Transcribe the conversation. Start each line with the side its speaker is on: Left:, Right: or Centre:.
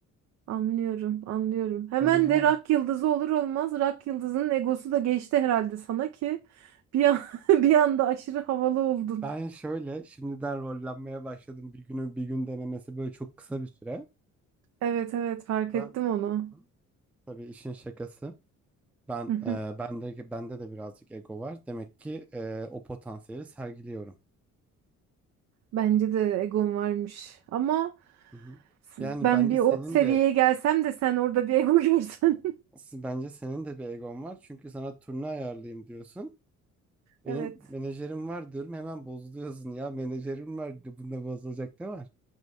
Right: Anlıyorum, anlıyorum. Hemen
Centre: Menajer
Right: de rock yıldızı olur olmaz. Rock yıldızının egosu da geçti herhalde sana ki bir an, <laughs> bir anda aşırı havalı oldun.
Centre: ben şöyle şimdiden rollenmeye başladım. Bir günü bir gün denemesi böyle çok kısa bir süre.
Right: Evet evet fark
Centre: Ben
Right: ettim onu.
Centre: Hı? tabii işin şakası. Ben
Right: Hı hı.
Centre: e, bende bende de birazcık ego var. Demek ki e, o potansiyeli sergiliyorum.
Right: Bence de egom varmış. Ama
Centre: Hı hı. Yani
Right: ben
Centre: bence
Right: bir
Centre: senin
Right: o seviyeye
Centre: de
Right: gelsem de sen orada bir ego <laughs> görsen.
Centre: Bence senin de bir egon var. Çünkü sana turne ayarlayayım diyorsun. Benim
Right: Evet.
Centre: menajerim var diyorum. Hemen bozuluyorsun. Ya menajerim var. Bunda bozulacak ne var?